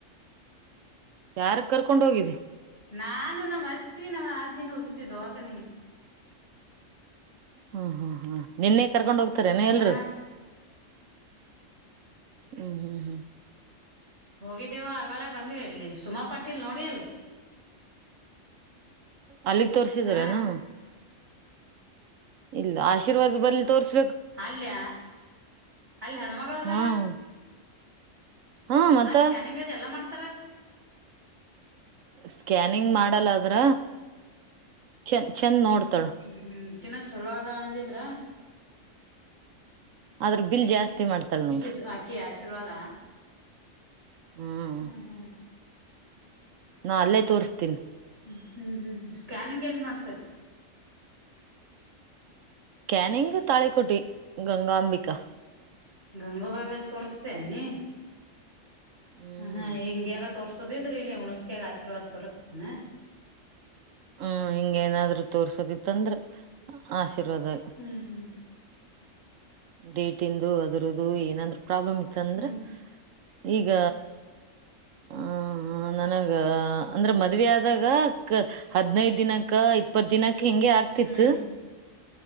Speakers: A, on the right; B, on the right.
A: ಯಾರಗ್ ಕರ್ಕೊಂಡ್ ಹೋಗಿದ್ದಿ
B: ನಾನು ನಮ್ಮ್ ಅತ್ತಿ ನಮ್ಮ ಆದ್ನ ಹೋಗಿದ್ದಿ ದವಕನಿಗೆ
A: ಹ್ಮ್ ಹ್ಮ್ ಹ್ಮ್ ನಿನ್ನೆ ಕರ್ಕೊಂಡ್ ಹೋಗ್ತಾರನ
B: ಹಾ
A: ಎಲ್ರು ಹ್ಮ್ ಹ್ಮ್ ಹ್ಮ್
B: ಹೋಗಿದ್ದೇವು ಆಗಳ ಬಂದ್ವಿ ಎಲ್ಲಿ ಸುಮಾಟೀಲ್ ನೋಡಿ ಧಿಲ್
A: ಅಲ್ಲಿಗ್ ತೋರ್ಸಿದ್ರನು
B: ಹಾ
A: ಇಲ್ಲ ಆಶೀರ್ವಾದ ಬರ್ಲಿ ತೋರ್ಸ
B: ಅಲ್ಯ ಅಲ್ಲಿಯ ಹೆಣ್ಮಳ ಅದಾಳ
A: ಹ್ಮ್ ಹಾ ಮತ್ತ
B: ಆ ಸ್ಕ್ಯಿಂಗ ಅದ ಎಲ್ಲಾ ಮಾಡ್ ಕತ್ರ
A: ಸ್ಕ್ಯಾನ ನಿಂಗ್ ಮಾಡಲ್ಲದ್ರ ಚ ಚೆಂದ್ ನೋಡ್ತ
B: ಹ್ಮ್ ಹ್ಮ್ <unintelligible> ಚೊಲೋ ಅದಳ ಅಂದಿದ್ರ
A: ಆದ್ರುದು ಬಿಲ್ ಜಾಸ್ತಿ ಮಾಡ್ತಾಳ
B: ಇಕ್ಕಿ
A: ನೋಡ್ರಿ
B: ಅಕ್ಕಿ ಆಶೀರ್ವಾದ
A: ಹ್ಮ್
B: ಹ್ಮ ಹಾ
A: ನಾ ಅಲ್ಲೇ ತೋರ್ಸ್ತೀನಿ
B: ಹ್ಮ್ ಹ್ಮ್ ಸ್ಕ್ಯಾನಿಂಗ್ ಎಲ್ಲಿ ಮಾಡ್ಸೋತಿ
A: ಕ್ಯಾನಿಂಗ್ ತಾಳೆಕೋಟಿ ಗಂಗಾಂಬಿಕಾ
B: ಗಂಗಾಬಬ ಅಲ್ಲಿ ತೋರಿಸ್ತ ನೀ
A: ಹ್ಮ್
B: ಹಾ ಹೆಂಗೆ ಯಾರ ತೋರ್ಸೋದಿದ್ರಿ ಇಲ್ಲಿ ಹುಣಸಕ್ಯಾಗ ಆಶೀರ್ವಾದ್ ತೋರ್ಸ್ತೇನ
A: ಹ್ಮ್ ಹಿಂಗೇಏನಾದ್ರು ತೋರ್ಸೋದಿತ್ತಂದ್ರ ಆಸೆ <unintelligible>
B: ಹ್ಮ್ ಹ್ಮ್
A: ಡೇಟ್ ತಿಂದು ಅದ್ರದು ಏನಂದ್ರು ಪ್ರಾಬ್ಲಮ ಇತ್ತು ಅಂದ್ರೆ
B: ಹ್ಮ್
A: ಈಗ ಆ ನನಗ ಅಂದ್ರೆ ಮದುವೆ ಆದಾಗ ಹದಿನೈದು ದಿನಕ ಇಪ್ಪತ್ತು ದಿನಕ್ಕೆ ಹೆಂಗೆ ಆಗ್ತಿತ್ತು
B: ಹ್ಮ್